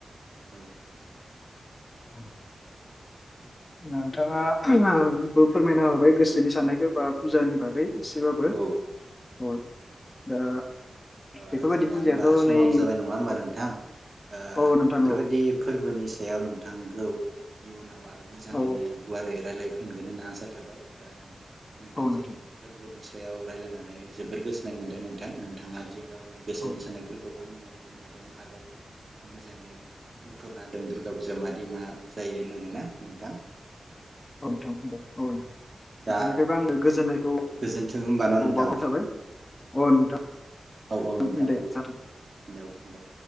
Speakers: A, on the right (about 45°); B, on the left (about 30°).
A: औ
B: औ। नोंथाङा बो फोरमायना होबाय गोसोनि साननायखौ बा फुजानि बागै। एसेबाबो।
A: औ औ
B: अ दा
A: ओ
B: बेफोरबायदि
A: जोंनिया
B: फुजायाथ'
A: होमबा समाबो
B: नै
A: जाबाय नङा होमबा
B: औ
A: नोंथां ओ
B: औ नोंथां
A: बेफोरबायदि
B: औ
A: फोरबोनि सायाव औ नोंथां। औ आरो मोजैनो
B: औ
A: गुवारै राय फिगोन होनना आसा थाबाय। नोंथांजों
B: औ नोंथां
A: फोरबोनि सा याव रायज्लायनानै जोबोद गोजोननाय मोनदों नोंथां नोंथाङा दि गावनि गोसोनि
B: औ
A: सानाय खौ आंनो खोन्थादों आरो मोजाङै बुंफोरना दं दुर्गा फुजा मादि मा जायो होननांगो ना नोंथां।
B: औ नोंथां औ।
A: दा
B: बेनिफ्रायबो आङो गोजोननायखौ
A: गोजोन्थों होमबा न' नोंथां
B: बावहरथाबाय। अ नोंथां।
A: औ औ नोंथां
B: दे
A: औ
B: जागोन
A: औ दे।